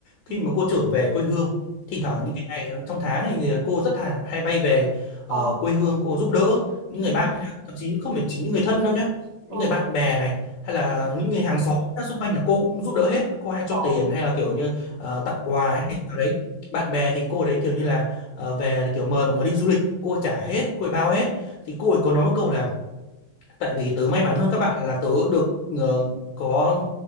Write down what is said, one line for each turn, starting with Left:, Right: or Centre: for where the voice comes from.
Left: khi
Right: ừ
Left: mà cô trở về quê hương thỉnh thoảng những cái ngày trong tháng này thì cô rất là hay bay về ờ,
Right: ờ
Left: quê hương cô giúp đỡ những
Right: ừ
Left: người bạn nhá. thậm chí không phải chỉ những người thân đâu nhá những
Right: ừ
Left: người bạn bè này hay là những người hàng xóm xung quanh là cô cũng giúp đỡ hết cô hay cho
Right: ờ
Left: tiền hay là kiểu như ờ, tặng quà hay nào đấy bạn bè thì cô đấy kiểu như là ờ, về là kiểu mời mọi người đi du lịch cô trả hết cô ấy bao hết thì cô ấy có nói một câu là tại vì tớ may mắn hơn các bạn là tớ được ờ, có